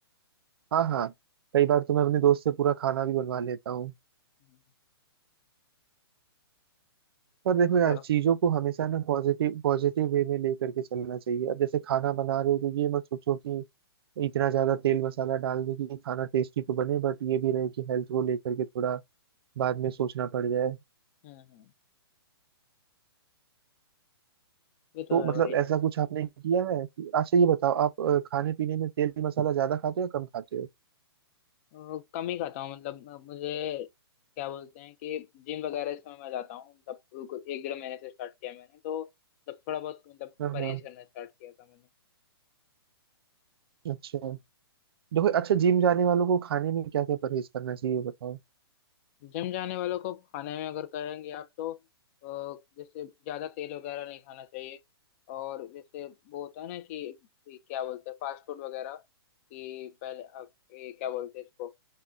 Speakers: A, on the right; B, on the left.
A: हाँ हाँ कई बार तो मैं अपने दोस्त से पूरा खाना भी बनवा लेता हूँ
B: हम्म,
A: पर देखो यार
B: तो
A: चीजों को हमेशा ना पॉजिटिव पॉजिटिव वे में लेकर के चलना चाहिए अब जैसे खाना बना रहे हो तो ये मत सोचो कि इतना ज्यादा तेल मसाला डाल दे कि खाना टेस्टी तो बने बट ये भी रहे कि हेल्थ को लेकर के थोड़ा बाद में सोचना पड़ जाए
B: हम्म हम्म ये तो
A: तो
B: है
A: मतलब
B: भाई
A: ऐसा कुछ आपने किया है कि अच्छा ये बताओ आप अ, खाने पीने में तेल मसाला ज्यादा खाते हो या कम खाते हो
B: अ, कम ही खाता हूँ मतलब अ, मुझे क्या बोलते हैं कि जिम वगैरह इस समय मैं जाता हूँ मतलब को- एक डेढ़ महीने से स्टार्ट किया मैंने तो मतलब थोड़ा बहुत मतलब
A: हाँ
B: परहेज
A: हाँ
B: करना स्टार्ट किया था मैंने
A: अच्छा देखो अच्छा जिम जाने वालों को खाने में क्या क्या परहेज करना चाहिए ये बताओ
B: जिम जाने वालों को खाने में अगर कहेंगे आप तो अ, जैसे ज्यादा तेल वगैरह नहीं खाना चाहिए और जैसे वो होता है ना कि कि क्या बोलते हैं फास्ट फूड वगैरह कि पहले आप ये क्या बोलते हैं इसको